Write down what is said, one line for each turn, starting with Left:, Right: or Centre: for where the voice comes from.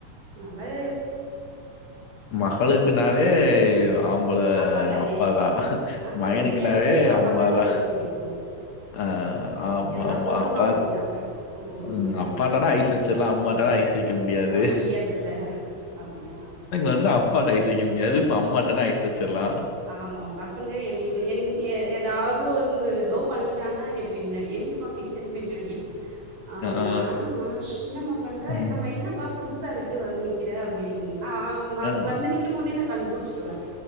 Right: நல்லா
Left: மகளுக்கு நாவே ஆம்பளை
Right: அப்பா தானே
Left: அப்பாதான்
Right: ஆ
Left: மகனுக்குனாவே
Right: எனக்கு எங்க அப்பா
Left: அம்மாதான்
Right: தானே ரொம்ப புடிக்கு
Left: ஆஹ ஆமாமா
Right: எல்லா பொண்ணுக்கு
Left: அப்பா
Right: அப்டிதா ம்
Left: உம் அப்பாட்டானா ஐஸ் வச்சிடலாம் அம்மாட்டானா ஐஸ் வைக்க முடியாது
Right: அ முடியாதுல்ல ஆமா
Left: வந்து அப்பாட்ட ஐஸ் வைக்க முடியாது இப்ப அம்மா கிட்டனா ஐஸ் வச்சிடலாம்.
Right: ஆமா பசங்க என்டு என் ஏதாவது ஒ ஏதோ பண்ணிட்டானா என் பின்னாடியே நிப்பான் கிட்ட இதோ கிச்சன் பின்னாடி ஆஹ்
Left: ஆ.
Right: ஆமா என்னம்மா பண்ற
Left: ம்.
Right: என் என்ன பா புதுசாருக்கு வந்து நி அப்படின்னு அவங்க
Left: ஆ.
Right: வந்து நிக்கும் போதே நா கண்டுபிடிச்சிருவேன்